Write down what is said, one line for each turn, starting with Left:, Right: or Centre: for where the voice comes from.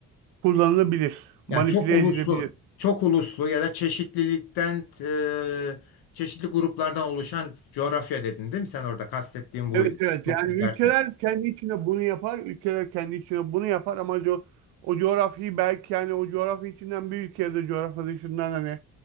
Right: kullanılabilir,
Left: Yani
Right: manipüle
Left: çok uluslu,
Right: edilebilir.
Left: çok uluslu ya da çeşitlilikten, e, çeşitli gruplardan oluşan coğrafya dedin değil mi? Sen orada kastettiğin buydu.
Right: Evet evet
Left: Çok
Right: yani
Left: derken.
Right: ülkeler kendi içinde bunu yapar, ülkeler kendi içinde bunu yapar ama co- o coğrafyayı belki yani o coğrafya içinden bir ülke ya da coğrafya dışından hani